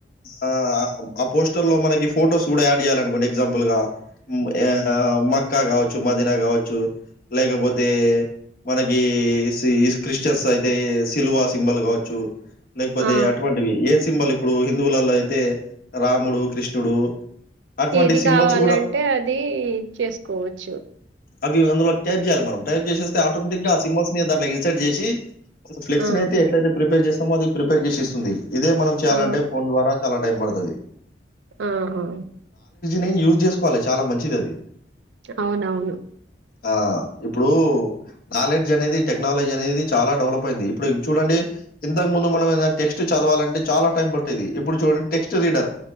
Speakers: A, on the left; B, on the right.
A: ఆ ఆ పోస్టర్ లో మనకి ఫొటోస్ కూడా యాడ్ చేయాల అనుకోండి ఎగ్జాంపుల్ గా ఆ మక్కా కావచ్చు మదనా కావచ్చు లేకపోతే మనకి క్రిస్టియన్స్ అయితే సిల్వా సింబల్ గావచ్చు చ్చు లేకపోతే
B: ఆ
A: అటువంటివి ఏ సింబల్ ఇప్పుడు హిందువులలో అయితే రాముడు కృష్ణుడు అటువంటి
B: ఏది
A: సింబల్స్
B: కావాలంటే
A: గూడా
B: అది చేసుకోవచ్చు
A: అవి అందులో టైప్ చేయాలి మనం టైప్ చేసస్తే ఆటోమేటిక్ గా ఆ సింబల్స్ ని దాట్లో ఇన్సర్ట్ చేసి ఫ్లెస్
B: ఆ
A: అయితే ఎట్లయితే ప్రిపేర్ చేస్తా అది ప్రిపేర్ చేసిస్తుంది ఇదే మనం చేయాలంటే
B: ఆ
A: ఫోన్ ద్వార చాలా టైమ్ పడ్తది
B: ఆహా
A: ని యూజ్ చేసుకోవాలి చాలా మంచిది అది
B: అవునవును
A: ఆ ఇప్పుడు నాలెడ్జ్ అనేది టెక్నాలజీ అనేది చాలా డెవలప్ అయింది ఇప్పుడు చూడండి ఇంతకు ముందు మనం ఏదనా టెక్స్ట్ చదవాలంటే చాలా టైం పట్టేది ఇప్పుడు చూడండి టెక్స్ట్ రీడర్